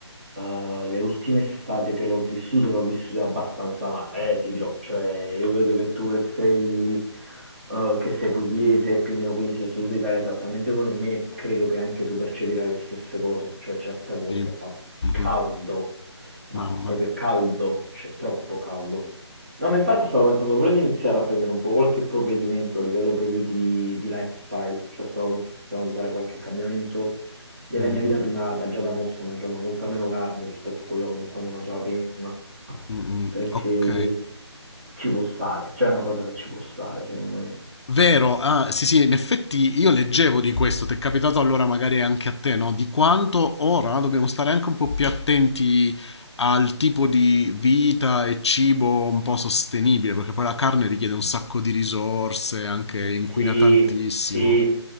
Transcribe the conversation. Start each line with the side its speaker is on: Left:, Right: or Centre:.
Right: eh, le ultime estate che l'ho vissute, l'ho vissute abbastanza male, eh, ti dirò. Cioè, io vedo che tu che sei, eh, che sei pugliese, più o meno quindi sei sud Italia esattamente come me, credo che anche tu percepirai le stesse cose. Cioè, certe volte
Left: Sì.
Right: fa
Left: Mhm.
Right: caldo, ma
Left: Mamma.
Right: fa proprio caldo, c'è troppo caldo. No, ma infatti
Left: Sì.
Right: stavo pensando pure di iniziare a prendere un po' qualche provvedimento a livello proprio di, di lifestyle, cioè stavo pensando di fare qualche cambiamento nella
Left: Mm,
Right: mia vita
Left: mm,
Right: privata, già da mo' sto mangiando molta meno carne rispetto a quello quando, quando mangiavo prima,
Left: mm. mm.
Right: perché
Left: Ok.
Right: ci può stare, c'è una cosa che ci può stare, secondo me.
Left: Vero, ah, sì, sì, in effetti io leggevo di questo, ti è capitato allora magari anche a te, no? Di quanto ora dobbiamo stare anche un po' più attenti al tipo di vita e cibo un po' sostenibile, perché poi la carne richiede un sacco di risorse, anche inquina
Right: Sì,
Left: tantissimo.
Right: sì,